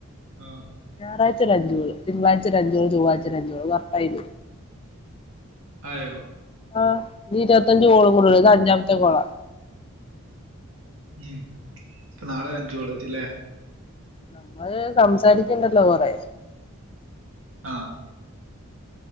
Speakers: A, on the right; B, on the left.
A: ആഹ്
B: ഞാറായാഴ്ച ഒരഞ്ച് കോള് തിങ്കളാഴ്ച ഒരഞ്ച് കോള് ചൊവ്വാഴ്‌ച്ച ഒരഞ്ച് കോള് <unintelligible>
A: ആയോ
B: ആഹ് ഇനി ഇരുവത്തഞ്ച് കോളും കൂടെ ഉളളൂ ഇത് അഞ്ചാമത്തെ കോളാ
A: ഉം അപ്പൊ നാളെ ഒരഞ്ച് കോള് വെച്ച്ലെ
B: നമ്മള് സംസാരിക്ക്ണ്ടല്ലോ കൊറേ
A: ആഹ്